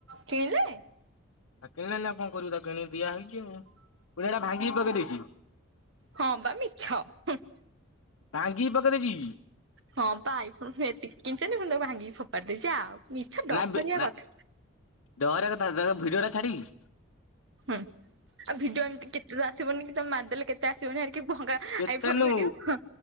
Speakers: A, on the right (about 60°); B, on the left (about 80°).
A: କିଣିଲେ
B: ଆଉ କିଣିଲାଣିି ଆଉ କଣ କରିବୁ ତା କିଣି ଦିଆ ହେଇଛି ଆଉ। ପୁଣି ହେଟା ଭାଙ୍ଗିକି ପକେଇ ଦେଇଛି।
A: ହଁ ବା ମିଛ ହୁଁ।
B: ଭାଙ୍ଗିକି ପକେଇଦେଇଛି।
A: ହଁ ବା ଆଇ ଫୋନ୍ ଏତିକି କିଣିଛନ୍ତି ଫୁଣି ତାକୁ ଭାଙ୍ଗିକି ଫୋପାଡି ଦେଇଛି ଆଉ। ମିଛ ଡହରିଆ
B: ନା ବି ନା
A: କଥା।
B: ଡହରିଆ କଥା ଭିଡିଅ ଟା ଛାଡିବି?
A: ହୁଁ ଆଉ ଭିଡିଓ ଏମିତି କେତେ ତ ଆସିବନି କି ତମେ ମାରିଦେଲେ କେ ଟା ଆସିବନି ହେରୀକି ଭଙ୍ଗା
B: କେତେ
A: ଆଇ ଫୋନ ର
B: ନୁ
A: ଭିଡିଓ ହଁ।